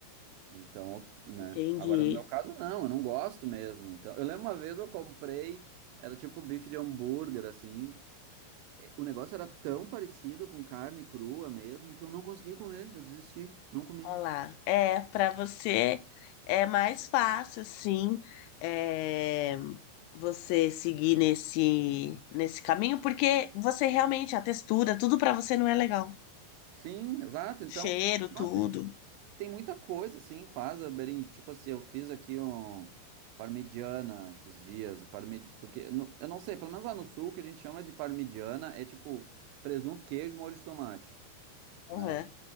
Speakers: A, on the right; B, on the left.
A: Então, o- né?
B: entendi.
A: Agora, no meu caso, não, eu não gosto mesmo. Então, eu lembro uma vez eu comprei, era tipo bife de hambúrguer, assim. e- O negócio era tão parecido com carne crua mesmo que eu não consegui comer, eu desisti, não comi.
B: Olha lá. É, para você é mais fácil, sim, é, você seguir nesse, nesse caminho, porque você realmente, a textura, tudo para você não é legal.
A: Sim, exato. Então,
B: Cheiro,
A: nossa,
B: tudo.
A: e tem muita coisa, assim, faz a berinjela. Tipo assim, eu fiz aqui um parmegiana esses dias, parme... porque no- eu não sei, pelo menos lá no sul, o que a gente chama de parmegiana é tipo presunto, queijo, molho de tomate,
B: Aham.
A: né?